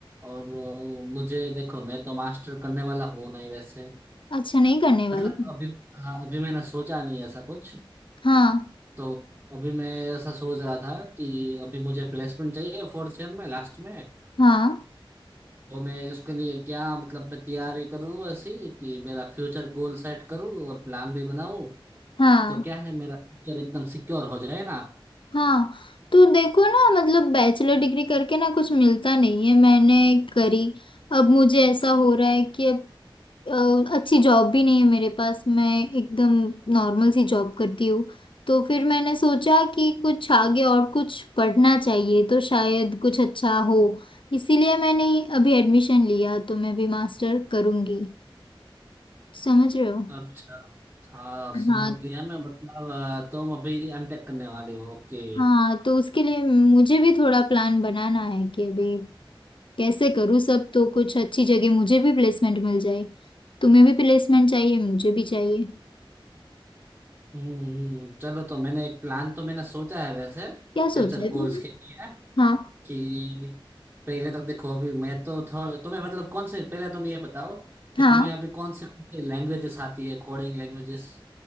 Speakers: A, on the right (about 20°); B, on the left (about 65°).
A: और अ, मुझे देखो मैं तो मास्टर करने वाला हूँ नहीं वैसे
B: अच्छा नहीं करने वाली
A: मतलब अभी हाँ अभी मैंने सोचा नहीं ऐसा कुछ
B: हाँ
A: तो अभी मैं ऐसा सोच रहा था कि अभी मुझे प्लेसमेंट चाहिए फोर्थ सेम में लास्ट में
B: हाँ
A: तो मैं उसके लिए क्या मतलब मैं तैयारी करूँ ऐसी कि मेरा फ्यूचर गोल सेट करूँ और प्लान भी बनाऊँ
B: हाँ
A: तो क्या है मेरा फ्यूचर एकदम सिक्योर हो जाए ना
B: हाँ तो देखो ना मतलब बैचलर डिग्री करके ना कुछ मिलता नहीं है मैंने करी अब मुझे ऐसा हो रहा है कि अब अ, अच्छी जॉब भी नहीं है मेरे पास मैं एकदम नॉर्मल सी जॉब करती हूँ तो फिर मैंने सोचा कि कुछ आगे और कुछ पढ़ना चाहिए तो शायद कुछ अच्छा हो इसीलिए मैंने अभी एडमिशन लिया तो मैं भी मास्टर करूँगी समझ रहे हो
A: अच्छा हाँ समझ
B: हाँ
A: गया मैं मतलब अ, तुम अभी एम टेक करने वाले हो ओके
B: हाँ तो उसके लिए मुझे भी थोड़ा प्लान बनाना है कि अभी कैसे करूँ सब तो कुछ अच्छी जगह मुझे भी प्लेसमेंट मिल जाए तुम्हें भी प्लेसमेंट चाहिए मुझे भी चाहिए
A: हम्म हम्म, हम्म। चलो तो मैंने एक प्लान तो मैंने सोचा है वैसे
B: क्या
A: फ्यूचर
B: सोचा है
A: गोल्स
B: तुमने
A: के लिए
B: हाँ
A: कि पहले तो देखो अभी मैं तो थो- तुम्हें मतलब कौन से पहले तुम ये बताओ कि
B: हाँ
A: तुम्हें अभी कौन से कौन से लैंग्वेजेस आती है कोडिंग लैंग्वेजेस